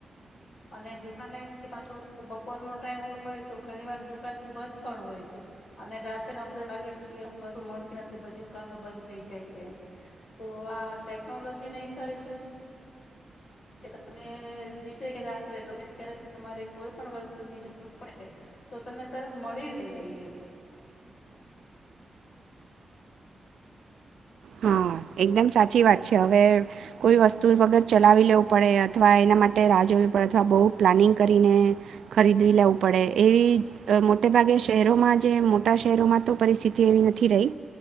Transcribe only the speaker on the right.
હા, એકદમ સાચી વાત છે હવે, કોઈ વસ્તુ વગર ચલાવી લેવું પડે અથવા એના માટે રાહ જોવી પડે અથવા બહ પ્લાનિંગ કરીને, ખરીદવી લેવું પડે એવી મોટે ભાગે શહેરોમાં જે મોટા શહેરોમાં તો પરિસ્થિતિ એવી નથી રહી,